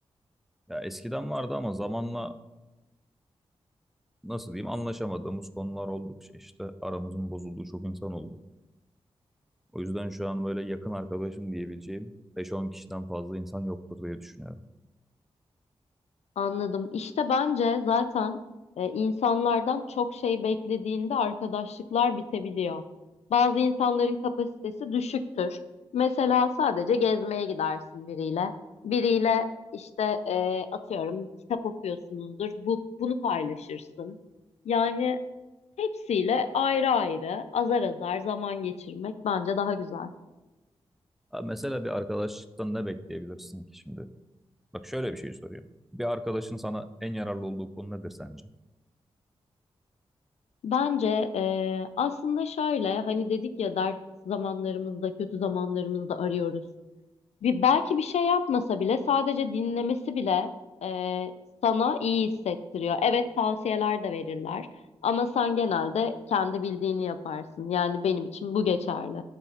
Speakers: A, in the centre; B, on the left.
A: Ya eskiden vardı ama zamanla nasıl diyeyim anlaşamadığımız konular oldukça işte aramızın bozulduğu çok insan oldu. O yüzden şu an böyle yakın arkadaşım diyebileceğim beş on kişiden fazla insan yoktur diye düşünüyorum.
B: Anladım. İşte bence zaten e, insanlardan çok şey beklediğinde arkadaşlıklar bitebiliyor. Bazı insanların kapasitesi düşüktür. Mesela sadece gezmeye gidersin biriyle. Biriyle işte e, atıyorum kitap okuyorsunuzdur. Bu, bunu paylaşırsın. Yani hepsiyle ayrı ayrı azar azar zaman geçirmek bence daha güzel.
A: Abi mesela bir arkadaşlıktan ne bekleyebilirsin ki şimdi? Bak şöyle bir şey soruyorum. Bir arkadaşın sana en yararlı olduğu konu nedir sence?
B: Bence e, aslında şöyle hani dedik ya dert zamanlarımızda kötü zamanlarımızda arıyoruz. Bir, belki bir şey yapmasa bile sadece dinlemesi bile e, sana iyi hissettiriyor. Evet tavsiyeler de verirler ama sen genelde kendi bildiğini yaparsın. Yani benim için bu geçerli.